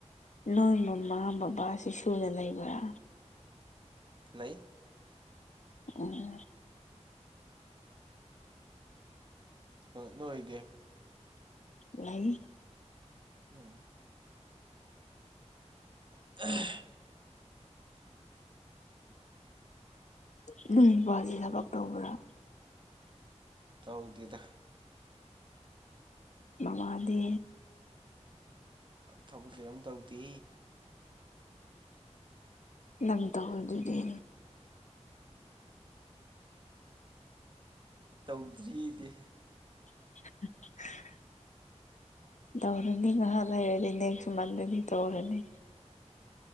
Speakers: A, on the left; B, on the right.
A: ꯅꯣꯏ ꯃꯃꯥ ꯕꯕꯥꯁꯤ ꯁꯨꯅ ꯂꯩꯕ꯭ꯔꯥ
B: <unintelligible>
A: <unintelligible>
B: ꯑ ꯅꯣꯏꯗꯤ
A: <unintelligible>
B: ꯎꯝ <unintelligible>
A: <unintelligible> ꯊꯕꯛ ꯇꯧꯕ꯭ꯔꯥ
B: ꯇꯧꯗꯦꯗ
A: ꯃꯃꯗꯤ
B: ꯊꯕꯛꯁꯨ ꯌꯥꯝ ꯇꯧꯗꯦ
A: ꯅꯪ ꯇꯧ ꯑꯗꯨꯗꯤ
B: ꯇꯧꯗ꯭ꯔꯤ ꯑꯩꯗꯤ
A: <unintelligible> ꯇꯧꯔꯅꯤ ꯉꯥꯏꯍꯥꯛ ꯂꯩꯔꯗꯤ ꯅꯦꯛꯁ ꯃꯟꯗꯗꯤ ꯇꯧꯔꯅꯤ